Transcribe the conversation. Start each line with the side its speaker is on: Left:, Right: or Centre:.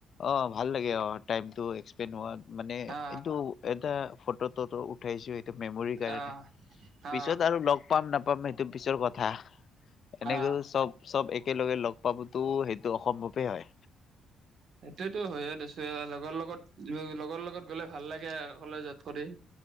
Left: অ' ভাল লাগে অ' টাইমটো একসপেণ্ড হোৱাত মানে
Right: অ
Left: এইটো এটা ফটোত ফটোটো উঠাইছোৱে। মেমৰি কাৰণে
Right: অ অ
Left: পিছত আৰু লগ পাম নাপাম। পাম এইটো পিছৰ কথা। এনেকেও
Right: অ
Left: চব- চব একেলগে লগ পাব টো সেইটো অসম্ভৱেই হয়।
Right: সেইটোয়তো হয়য়ে দিছো লগৰ লগত লগৰ লগত গ'লে ভাল লাগে অকলে যোৱাত কৰি।